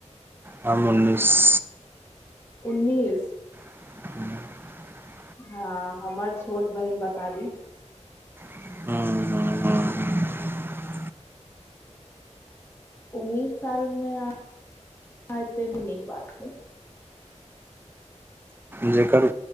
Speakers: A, on the right; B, on the left.
A: हम उन्नीस
B: उन्नीस?
A: ह
B: हँ हमर छोट बहिन बतारी।
A: हॅं, हॅं, हॅं, हॅं,
B: उन्नीस साल मे <unintelligible> नीक बात छै।
A: जकर